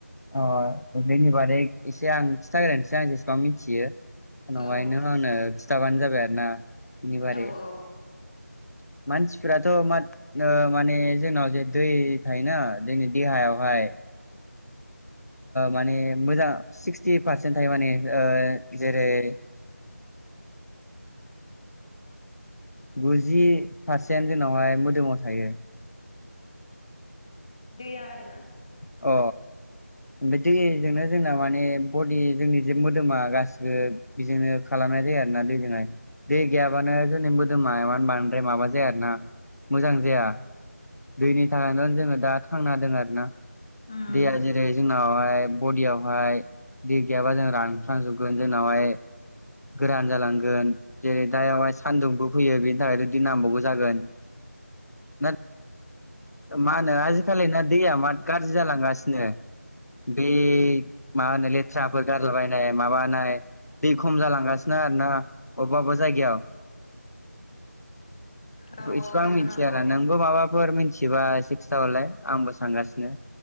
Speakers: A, on the left; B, on the left.
A: अ बेनि बारै एसे आं खिन्थाग्रोसै आं जेसेबां मिथियो। उनावहायनो
B: औ
A: आंनो खिन्थाबानो जाबाय आरो ना बिनि बारै
B: औ औ
A: <inaudible> मानसिफ्राथ' मा माने जोंनाव जे दै थायोना जोंनि देहायावहाय माने मोजां सिक्सटि पारसेन्ट थायो माने जेरै <inaudible> गुजि पारसेन्ट जोंनावहाय मोदोमाव थायो
B: दैया आरो ना
A: अ ओमफ्राय दैजोंनो जोंना माने बडि जोंनि जे मोदोमा गासिबो बेजोंनो खालाम नाय ज आरो ना दैजोंहाय दै गैयाबानो जोंनिमोदोमा बांद्राय माबा जाया आरो ना मोजां जाया दैनि थाखायनो जोङो दा थांना हो द आरोना
B: उम
A: दैया जेरै जोंना जोंनावहाय बडियावहाय दै गैयाबा जों रानख्लांजोबगोन जोंनावहाय गोरान जालांगोन जेरै दा बेवहाय सानदुंबो फैयो बेनि थाखाय बिदि नांबावगौ जागोन ना मानो आजि खालि ना दैया मा गाज्रि जालांगासिनो बे मा होन लेथ्राफोर गारलाबायनाय माबानाय दै खम जालांगासिनो आरो ना अबेबा अबेबा जायगायाव
B: औ
A: इसेबां
B: औ बेथ'
A: मिथियाना
B: नंगौ
A: नोंगौ माबाफोर मिथि बिबा सिक्सथावलाय आंबो सानगासिनो